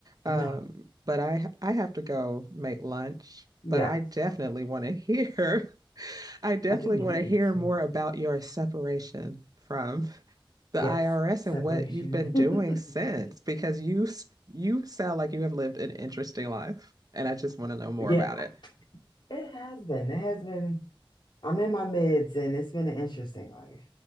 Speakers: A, on the right; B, on the left.
A: Um,
B: no.
A: but I I have to go make lunch,
B: Yeah,
A: but I definitely want to <laughs> hear I definitely
B: I do need
A: want
B: to eat
A: to hear
B: too.
A: more about your separation from the
B: Yes,
A: IRS
B: separation.
A: and what you've been doing since,
B: <laughs>
A: because you s- you sound like you have lived an interesting life, and I just want to know more
B: Yeah,
A: about it.
B: it has been. It has been. I'm in my mids and it's been an interesting life.